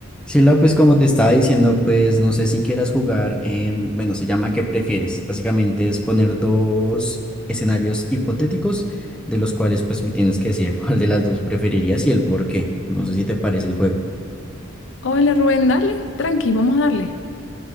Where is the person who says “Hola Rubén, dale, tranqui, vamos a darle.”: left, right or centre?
Left